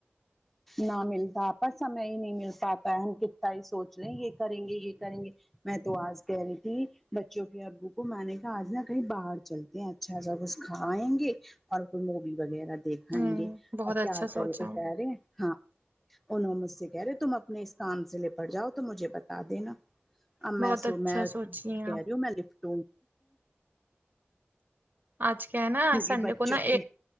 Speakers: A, in the centre; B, on the right (about 45°).
A: نہ ملتا آپا سمے ہی نہیں مل پاتا ہے ہم کتنا ہی سوچ رہے یہ کریں گے یہ کریں گے میں تو آج کہہ رہی تھی بچوں کے ابو کو میں نے کہا آج نا کہیں باہر چلتے ہیں اچھا سا کچھ کھائیں گے اور کوئی مووی وغیرہ دیکھائیں
B: ہوں
A: گے اور
B: بہت
A: کیا
B: اچھا سوچا
A: کرے وہ
B: ہے
A: کہہ رہے ہیں ہاں انہوں مجھ سے کہہ رہے تم اپنے اس کام سے نپٹ جاؤ تو مجھے بتا دینا آ
B: بہت
A: میں سو
B: اچھا
A: میں
B: سوچی ہیں آپ
A: کہہ رہی ہو میں لفٹ ہو
B: آج کیا ہے نا
A: کیونکہ
B: سنڈے
A: بچوں
B: کو نا
A: کی